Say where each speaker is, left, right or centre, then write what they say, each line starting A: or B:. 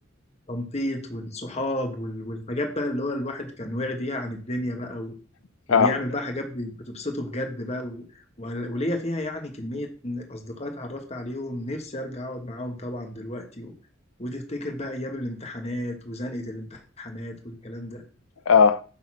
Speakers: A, on the left (about 30°); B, on the left (about 85°).
A: والتنطيط والصحاب وال- والحاجات بقى اللي هو الواحد كان واعي بيها عن الدنيا بقى
B: <coughs>
A: وبيعمل
B: اه
A: بقى حاجات بي- بتبسطه بجد بقى و... و- وليا فيها يعني كمية أصدقاء اتعرفت عليهم نفسي أرجع أقعد معاهم طبعا دلوقتي و... وتفتكر بقى أيام الامتحانات وزنقة الامتحانات والكلام ده
B: اه